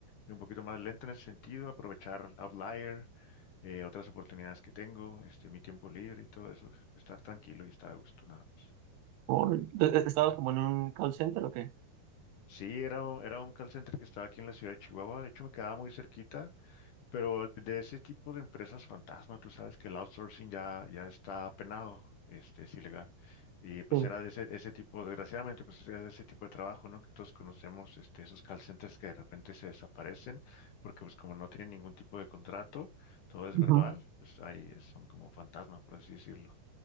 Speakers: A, on the left; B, on the right.
A: y un poquito más lento en ese sentido, aprovechar Outlier, eh, otras oportunidades que tengo, este, mi tiempo libre y todo eso, estar tranquilo y estar a gusto, nada más.
B: ¿O- ¿Estabas como en un call center o qué?
A: Sí, era, era un call center que estaba aquí en la ciudad de Chihuahua, de hecho me quedaba muy cerquita, Pero de ese tipo de empresas fantasma, tú sabes que el outsourcing ya, ya está penado, este, es ilegal. Y pues
B: Sí.
A: era de ese, ese tipo, desgraciadamente, pues era de ese tipo de trabajo, ¿no? Que todos conocemos, este, esos call centers que de repente se desaparecen, porque pues como no tienen ningún tipo de contrato, todo es
B: Ujú,
A: verbal, pues ahí son como fantasma, por así decirlo.